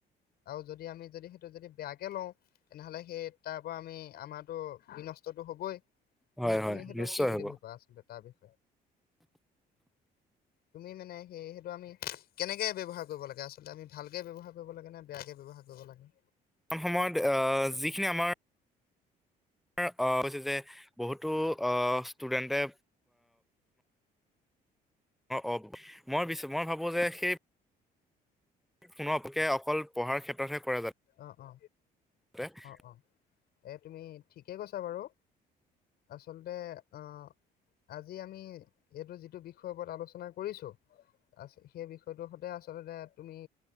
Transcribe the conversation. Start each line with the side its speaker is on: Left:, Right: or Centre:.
Left: আৰু যদি আমি যদি- যদি বেয়াকে লওঁ তেনেহ'লে সেই তাৰ পৰা আমি আমাতো। বিনষ্টতটো হ'বই। তুমি
Centre: হয়
Left: তুমি
Centre: হয়
Left: সেইটো
Centre: নিশ্চয়
Left: কি বুলি
Centre: হ'ব
Left: ভাবা আচলতে তাৰ বি- তুমি মানে সেই সেইটো আমি- কেনেকে ব্যৱহাৰ কৰিব লাগে আচলতে আমি ভাল। কে ব্যয়হাৰ কৰিব লাগে বেয়াকে ব্যৱহাৰ কৰিব লাগে।
Centre: মান সময়ত যিখিনি আমাৰ। মাৰ অ হৈছে যে। বহুতো অ ষ্টুডেণ্টে! অ মই মই ভাবো যে সেই, কোনো অপক্ষে অকল পঢ়াৰ ক্ষেত্ৰতহে কৰে যাতে!
Left: অ অ অ অ এ তুমি ঠিকেই কৈছা বাৰু। আচলতে অঁ, আজি আমি এইটো, বিষয় ওপৰত আলোচনা, কৰিছোঁ। আছে সেই বিষয়টো সতে, আচলতে তুমি?